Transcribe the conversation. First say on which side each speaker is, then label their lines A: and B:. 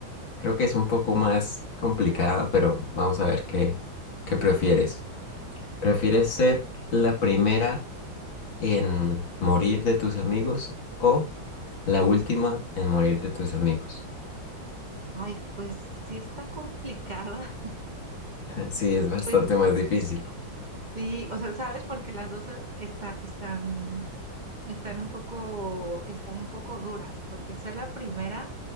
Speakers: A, on the left; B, on the right.
A: Creo que es un poco más complicada, pero vamos a ver qué, qué prefieres. ¿Prefieres ser la primera en morir de tus amigos o la última en morir de tus amigos? <laughs>
B: Ay, pues sí está complicada. <laughs>
A: Sí, es bastante
B: Pues
A: más difícil.
B: sí, o sea, ¿sabes? Porque las dos eh, está- están, están un poco, están un poco duras, porque ser la primera.